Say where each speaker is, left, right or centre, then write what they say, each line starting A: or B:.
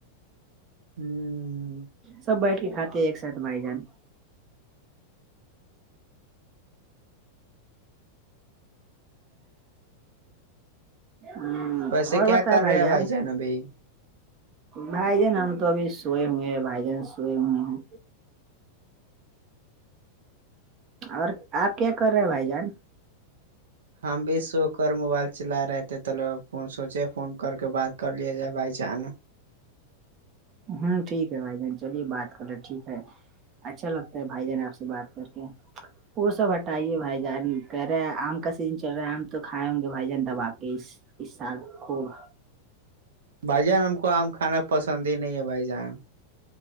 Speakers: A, on the right; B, on the right.
A: ہوں
B: سب بیٹھ کے کھاتے ہیں ایک ساتھ بھائی جان ہ
A: ویسے
B: اور
A: کیا
B: بتائے
A: کر
B: بھائی
A: رہے ہیں
B: ار
A: جان ابھی
B: بھائی جان ہم تو ابھی سوئے ہوئے ہیں بھائی جان سوئے ہوئے ہیں اور آپ کیا کر رہے ہیں بھائی جان
A: ہم بھی سو کر موبائل چلا رہے تھے تولو سوچے فون کر کے بات کر لیا جائے بھائی چان
B: ہوں ٹھیک ہے بھائی بہن چلیے بات کر لو ٹھیک ہے اچھا لگتا ہے بھائی جان آپ سے بات کر کے وہ سب ہٹائیے بھائی جان کہہ رہے ہیں آم کا سیزن چل رہا ہے آم تو کھائے ہوں گے بھائی جان دبا کے اس سال خوب
A: بھائی جان ہم کو آم کھانا پسند ہی نہیں ہے بھائی جان